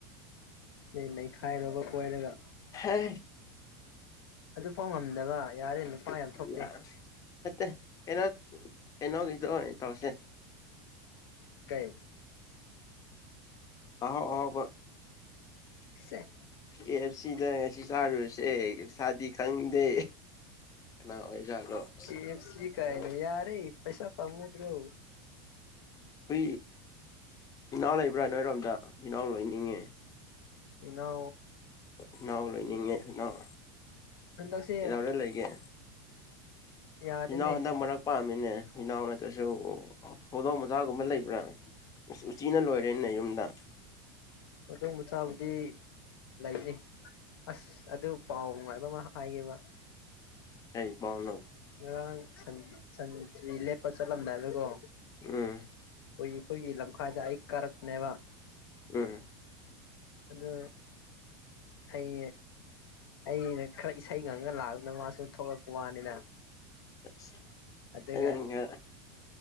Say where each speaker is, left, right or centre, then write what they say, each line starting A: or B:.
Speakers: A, on the left; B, on the left.
A: ꯅ ꯅꯩꯈꯥꯏꯔꯣꯔꯕ ꯀꯣꯏꯔꯒ
B: ꯍ
A: ꯑꯗꯨ ꯐꯥꯎ ꯉꯝꯗꯕ ꯌꯥꯔꯦ ꯅꯨꯄꯥ ꯌꯥꯝ ꯊꯣꯛꯇꯦ
B: ꯌꯥ ꯅꯠꯇ ꯅ ꯑꯦꯅ ꯀꯤꯊꯣ ꯇꯧꯁ
A: ꯀꯩ
B: ꯑꯍꯣ ꯑꯣ
A: ꯁꯦ
B: ꯑꯦ ꯑꯦꯐ ꯁꯤꯗ ꯁꯤ ꯆꯥꯔꯨꯔꯁꯦ ꯁꯥꯥꯗꯤ ꯈꯪꯗꯦ ꯀꯅꯥ ꯑꯣꯏꯖꯥꯠꯅꯣ ꯑꯁ
A: ꯀꯦ ꯑꯦꯐ ꯁꯤ ꯀꯥꯏꯅ
B: ꯑꯣ
A: ꯌꯥꯔꯦ ꯄꯩꯁꯥ ꯄꯝꯅ ꯀꯨꯠꯇ꯭ꯔꯨ
B: ꯐ ꯏꯅꯥꯎ ꯂꯩꯕ꯭ꯔꯥ ꯅꯣꯏꯔꯣꯝꯗ ꯏꯅꯥꯎ ꯂꯣꯏ ꯏꯉ
A: ꯏꯩꯅ
B: ꯏꯅꯥꯎ ꯂꯣꯏꯅꯤꯡꯉꯦꯅꯥꯎ
A: ꯍꯟꯗꯛꯁꯦ
B: ꯀꯩꯗꯧꯔ ꯂꯩꯒꯦ
A: ꯌꯥꯗꯦꯅꯦ
B: ꯏꯩꯅ ꯍꯗ ꯃꯔꯔꯛ ꯄꯥꯝꯃꯤꯅꯦ ꯍꯨꯅꯥꯎ ꯅꯠꯇ꯭ꯔꯁꯨ ꯍꯧꯗꯣꯡ ꯃꯆꯥꯒꯨꯝꯕ ꯂꯩꯕ꯭ꯔꯥ ꯑꯁ ꯎꯆꯤꯅ ꯂꯣꯏꯔꯦꯅꯦ ꯌꯨꯝꯗ
A: ꯈꯨꯗꯣꯡ ꯃꯆꯥꯕꯨꯗꯤ ꯂꯩꯅꯤ ꯑꯁ ꯑꯗꯨ ꯄꯥꯎ ꯉꯥꯏꯕ ꯑꯃ ꯍꯥꯏꯕ
B: ꯑꯩ ꯥꯎꯂꯣ
A: ꯉꯔꯥꯡꯟ ꯁꯟ ꯂꯦꯞꯄ ꯆꯠꯂꯝꯗꯥꯏꯗꯨꯀꯣ
B: ꯎꯝ
A: ꯑꯩꯈꯣꯏ ꯑꯩꯈꯣꯏꯒꯤ ꯂꯝꯈꯥꯏꯗ ꯑꯩ ꯀꯥꯔꯛꯅꯦꯕ
B: ꯎ
A: ꯑꯗꯨ ꯑꯩ ꯑꯩꯅꯦ ꯈꯔ ꯏꯁꯩ ꯉꯪꯉꯒ ꯂꯥꯛꯑꯄꯅ ꯃꯥꯁꯨ ꯊꯣꯛꯂꯛꯄ ꯋꯥꯅꯤꯅ
B: ꯑ
A: ꯑꯗꯨꯒ
B: ꯑꯗꯨꯉ